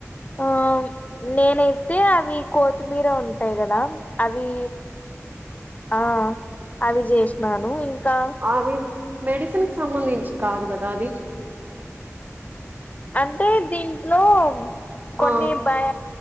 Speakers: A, on the left; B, on the right.
A: ఆ నేనైతే అవి కోత్తిమీర ఉంటాయి కదా అవి ఆ అవి చేసినాను ఇంకా
B: అవి మెడిసిన్ కి సంబంధించి కాదు కదా అది
A: అంటే దీంట్లో కొన్ని
B: ఆ
A: బయ